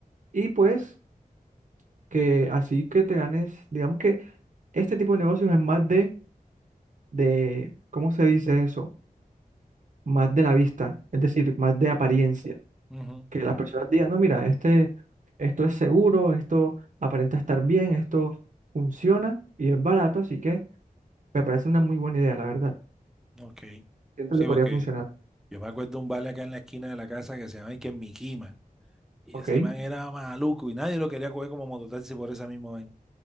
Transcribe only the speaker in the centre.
Ujú.
Ok.
Sí,
porque
yo me acuerdo de un vale acá en la esquina de la casa que se llama Iker Mikima. Y
ese man era maluco y nadie lo quería coger como mototaxi por esa misma vaina.